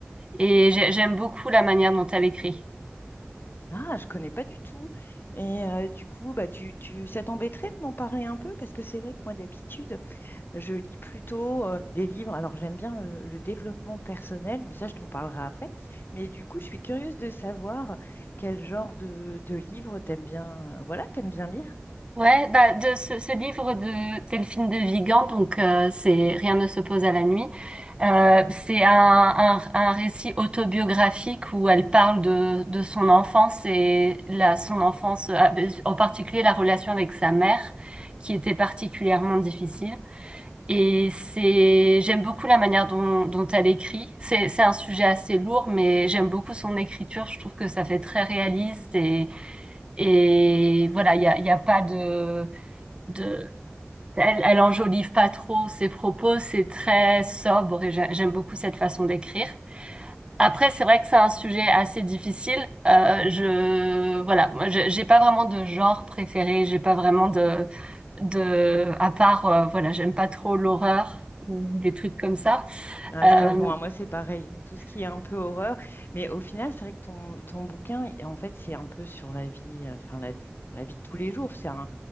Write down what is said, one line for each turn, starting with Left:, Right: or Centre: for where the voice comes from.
Right: et j'ai- j'aime beaucoup la manière dont elle écrit.
Left: Ah, je connais pas du tout. Et euh, du coup, bah, tu, tu, ça t'embêterait de m'en parler un peu? Parce que c'est vrai que moi, d'habitude, je lis plutôt euh, des livres. Alors, j'aime bien le, le développement personnel, mais ça, je t'en parlerai après. Mais du coup, je suis curieuse de savoir quel genre de, de livre t'aimes bien, euh, voilà, t'aimes bien lire.
Right: Ouais, bah de ce, ce livre de Delphine de Vigan, donc euh, c'est Rien ne s'oppose à la nuit. Euh, c'est un, un, un récit autobiographique où elle parle de, de son enfance et la, son enfance, ah, ben, en particulier la relation avec sa mère, qui était particulièrement difficile. Et c'est, j'aime beaucoup la manière dont, dont elle écrit. C'est, c'est un sujet assez lourd, mais j'aime beaucoup son écriture. Je trouve que ça fait très réaliste et, et voilà, il y a, il y a pas de de elle, elle enjolive pas trop ses propos, c'est très sobre et j'a- j'aime beaucoup cette façon d'écrire. Après, c'est vrai que c'est un sujet assez difficile. Euh, je voilà, moi, j'ai j'ai pas vraiment de genre préféré, j'ai pas vraiment de de à part euh, voilà, j'aime pas trop l'horreur ou des trucs comme ça.
Left: Ah,
Right: Euh,
Left: je te rejoins, moi c'est pareil, tout ce qui est un peu horreur, mais au final c'est vrai que ton, ton bouquin, en fait c'est un peu sur la vie, euh, enfin la, la vie de tous les jours, c'est un-